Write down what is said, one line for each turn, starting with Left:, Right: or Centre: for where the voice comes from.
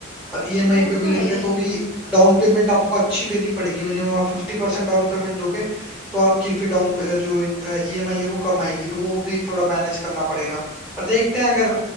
Centre: और ईएमआई
Left: वो
Centre: पे भी
Left: तो
Centre: लेंगे
Left: है ही
Centre: तो भी डाउन पेमेंट आपको अच्छी देनी पड़ेगी मिनिमम आप फिफ्टी परसेंट डाउन पेमेंट दोगे तो आपकी फिर डाउन जो ईएमआई है वो कम आएगी तो वो भी थोड़ा मैनेज करना पड़ेगा और देखते हैं अगर